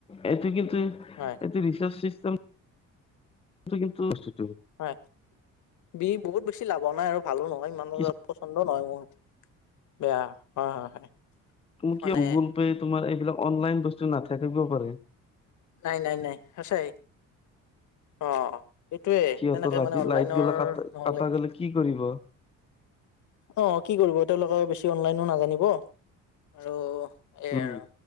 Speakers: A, on the left; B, on the left.
A: এইটো কিন্তু
B: হয়
A: এইটো ৰিচাৰ্ছ চিষ্টেম <unintelligible>
B: হয়, দি বহুত বেছি লাভ হোৱা নাই, আৰু ভালো নহয়, ইমান
A: কি
B: এটা পচন্দ নহয় মোৰ। বেয়া, হয়, হয়, হয়।
A: তুমি
B: মানে
A: কিয় গুগল পে', তোমাৰ এইবিলাক অনলাইন বস্তু নাথাকিব পাৰে।
B: নাই, নাই, নাই, সঁচাই। অ, অ। সেইটোয়ে,
A: সিহঁতৰ
B: তেনেকে
A: ৰাতি
B: মানে অনলাইনৰ
A: লাইট গিলা কাট
B: নহ'লে।
A: কাটা গলে কি কৰিব?
B: অ, কি কৰিব? তেওঁলোকে বেছি অনলাইনো নাজানিব। আৰু এ
A: উম
B: আৰু,